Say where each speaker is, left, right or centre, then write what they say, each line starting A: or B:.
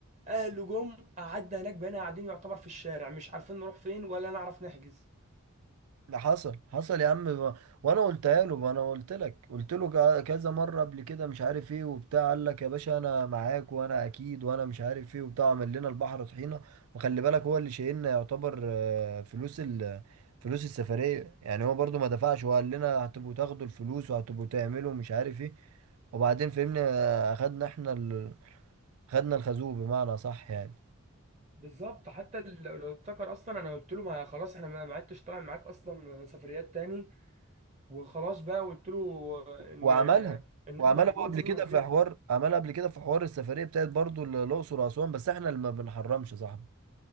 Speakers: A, on the right; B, on the right.
A: اهله جم قعدنا هناك بقينا قاعدين يعتبر في الشارع مش عارفين نروح فين ولا نعرف نحجز
B: ده حصل حصل يا عم و- وانا قلتها له ما انا قلت لك قلت له ك- كذا مره قبل كده مش عارف ايه وبتاع قال لك يا باشا انا معاك وانا اكيد وانا مش عارف ايه وبتاع عمل لنا البحر طحينه وخلي بالك هو اللي شايلنا يعتبر آه، فلوس ال فلوس السفريه يعني هو برضو ما دفعش وقال لنا هتبقوا تاخدوا الفلوس وهتبقوا تعملوا مش عارف ايه وبعدين فهمنا آه، اخدنا احنا ال... خدنا الخازوق بمعنى صح يعني
A: بالظبط حتى لو لو افتكر اصلا انا قلت له ما خلاص احنا ما ما عدتش طالع معاك اصلا سفريات تاني وخلاص بقى قلت له ان
B: وعملها
A: ان
B: وعملها
A: احنا بعد كده
B: هو قبل
A: هنسافر
B: أيوة. كده
A: من غير
B: في حوار عملها قبل كده في حوار السفريه بتاعت برضو ال- الاقصر واسوان بس احنا اللي ما بنحرمش يا صاحبي